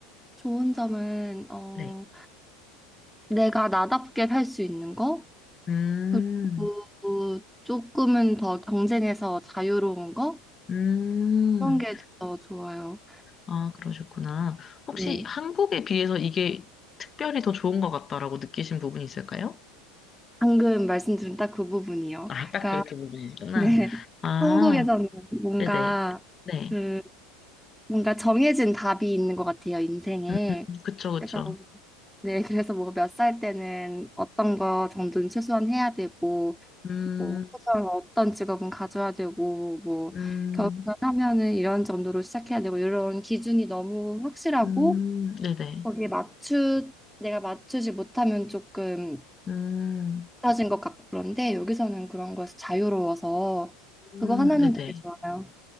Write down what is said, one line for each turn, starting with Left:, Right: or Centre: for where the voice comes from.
Centre: 좋은 점은 어,
Left: 네.
Centre: 내가 나답게 살 수 있는 거,
Left: 음,
Centre: 그리고 조금은 더 경쟁에서 자유로운 거
Left: 음.
Centre: 그런 게 더 좋아요.
Left: 아, 그러셨구나. 혹시
Centre: 네,
Left: 한국에 비해서 이게 특별히 더 좋은 것 같다라고 느끼신 부분이 있을까요?
Centre: 방금 말씀드린 딱 그 부분이요.
Left: 아, 딱
Centre: 그러니까
Left: 그 두 부분이시구나.
Centre: 네,
Left: 아,
Centre: 한국에서는 뭔가
Left: 네네. 네.
Centre: 그 뭔가 정해진 답이 있는 것 같아요, 인생에.
Left: 음, 그쵸, 그쵸.
Centre: 그래서, 네, <laughs> 그래서 뭐 몇 살 때는 어떤 거 정도는 최소한 해야 되고,
Left: 음,
Centre: 뭐, 최소한 어떤 직업은 가져야 되고, 뭐,
Left: 음,
Centre: 결혼을 하면은 이런 정도로 시작해야 되고, 이런 기준이 너무 확실하고,
Left: 음, 네네.
Centre: 거기에 맞추, 내가 맞추지 못하면 조금
Left: 음,
Centre: 떨어진 것 같고, 그런데 여기서는 그런 거에서 자유로워서,
Left: 음,
Centre: 그거 하나는
Left: 네네.
Centre: 되게 좋아요.